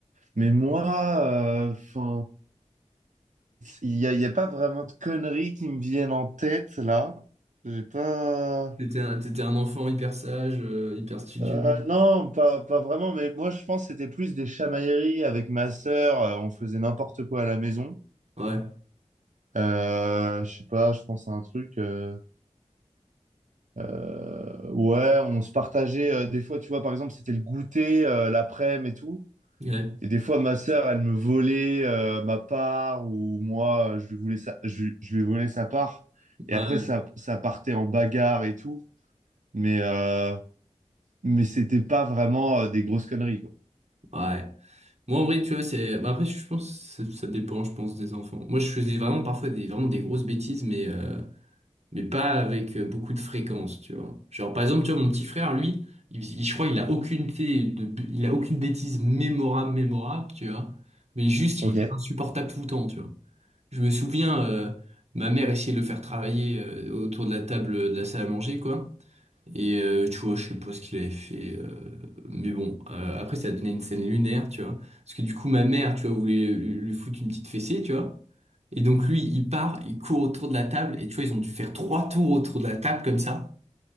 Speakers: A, on the right; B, on the right.
A: Mais moi, euh, enfin, il n'y a, y a pas vraiment de conneries qui me viennent en tête, là. J'ai pas...
B: T'étais un, t'étais un enfant hyper sage, euh, hyper studieux.
A: Euh, non, pas, pas vraiment, mais moi je pense que c'était plus des chamailleries avec ma sœur, euh, on faisait n'importe quoi à la maison.
B: Ouais,
A: Euh, je sais pas, je pense à un truc. euh, euh, ouais, on se partageait euh, des fois, tu vois, par exemple, c'était le goûter euh, l'après-midi et tout.
B: ouais,
A: Et des fois, ma sœur, elle me volait euh, ma part ou moi, euh, je lui voulais sa, je, lui- je lui volais sa part. Et
B: ouais,
A: après, ça, ça partait en bagarre et tout. Mais, euh, mais c'était pas vraiment euh, des grosses conneries, quoi.
B: ouais. Moi, en vrai, tu vois, c'est... bah, après, je pense que ça ça dépend, je pense, des enfants. Moi, je faisais vraiment parfois des, vraiment des grosses bêtises, mais... euh, mais pas avec euh, beaucoup de fréquence, tu vois. Genre, par exemple, tu vois, mon petit frère, lui, il- il- je crois il a aucune, thé- de, b- il a aucune bêtise mémorable, mémorable, tu vois. Mais juste,
A: Ok.
B: il était insupportable tout le temps, tu vois. Je me souviens, euh, ma mère essayait de le faire travailler euh, autour de la table de la salle à manger, quoi. Et euh, tu vois, je sais pas ce qu'il avait fait. euh, mais bon, euh, après, ça a donné une scène lunaire, tu vois. Parce que du coup, ma mère, tu vois, voulait lui lui foutre une petite fessée, tu vois. Et donc, lui, il part, il court autour de la table. Et tu vois, ils ont dû faire trois tours autour de la table, comme ça.